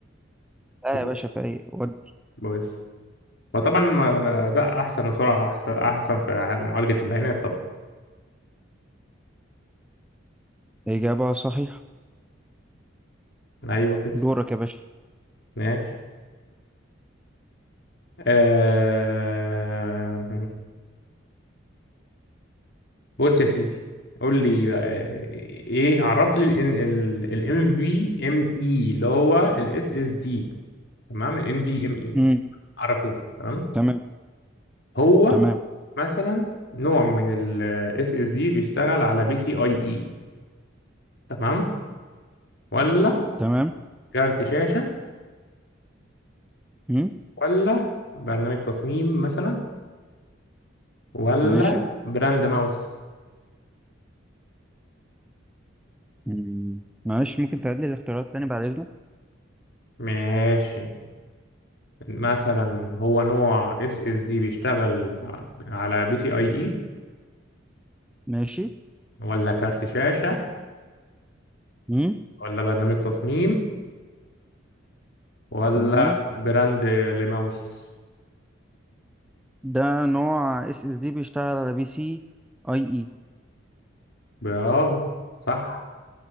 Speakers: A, in the centre; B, on the left.
A: لا
B: <laughs>
A: يا باشا فايق ودي
B: بص هو طبعا ما- ما- ده احسن وسرعه احسن احسن في ع- معالجه البيانات طبعا
A: إجابة صحيحة
B: ايوه كده
A: دورك يا باشا
B: ماشي آه... بص يا سيدي قول لي آه، ايه عرف لي الام في ام اي اللي هو الاس اس دي تمام ال NVMe
A: امم
B: عرفولي تمام
A: تمام
B: هو
A: تمام
B: مثلا نوع من ال SSD بيشتغل على بي سي اي اي تمام ولا
A: تمام
B: كارت شاشة
A: امم
B: ولا برنامج تصميم مثلا ولا
A: ماشي
B: براند ماوس
A: مم. معلش ممكن تعيد لي الاختيارات تاني بعد إذنك
B: ماشي مثلا هو نوع SSD بيشتغل على بي سي اي اي
A: ماشي
B: ولا كارت شاشة
A: امم
B: ولا برنامج تصميم ولا
A: تمام
B: براند لماوس
A: ده نوع اس اس دي بيشتغل على بي سي اي اي
B: برافو صح